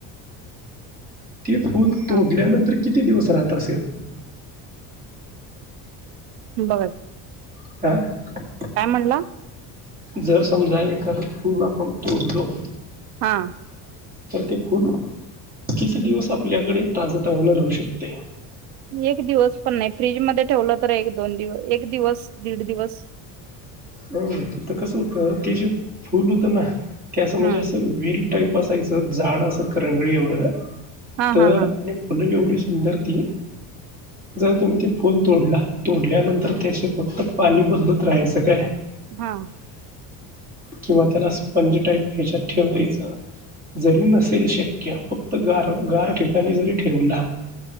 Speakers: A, on the right; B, on the right.
A: <inaudible>
B: ते फुल तोडल्यानंतर
A: हा
B: किती दिवस राहत असेल?
A: बघा काय
B: अह
A: काय म्हणला?
B: जर समजा एखादं फूल आपण तोडलो
A: हा.
B: तर ते फूल किती दिवस आपल्याकडे ताज तवान राहू शकते
A: एक दिवस पण नाही फ्रीज मध्ये ठेवलं तर एक दोन दिवस एक दिवस दीड दिवस <inaudible>
B: हो तिथ कसं होत ते जे फुल होतं ना त्या असं म्हणजे
A: हा
B: असं विल टाईप असायचं जाड असं करंगळी एवढं
A: हा
B: तर
A: हा हा
B: आणि फुलं एवढी सुंदर ती जर तुम्ही ते फुल तोडला तोडल्यानंतर त्याचे फक्त पाणी बदलत राहायचं काय
A: हा.
B: किंवा त्याला स्पंज टाईप ह्याच्यात ठेवायच जरी नसेल शक्य फक्त गार गार ठिकाणी जरी ठेवल,